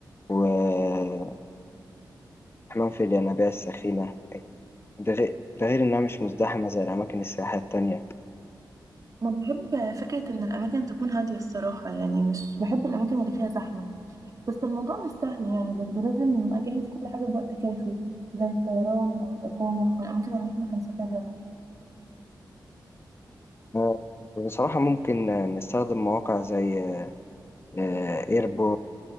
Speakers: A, on the left (about 30°); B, on the right (about 45°).
A: والاستحمام في الينابيع السخينة ده غير, ده غير إنها مش مزدحمة زي الأماكن السياحية التانية
B: ما بحب فكره ان الاماكن تكون هاديه الصراحه يعني مش بحب الاماكن اللي فيها زحمه بس الموضوع مش سهل يعني برضو لازم اجهز كل حاجه بوقت كافي زي الطيران او الاقامه والاماكن اللي احنا هنسافرها
A: آه، بصراحة ممكن نستخدم مواقع زي آه، ايربو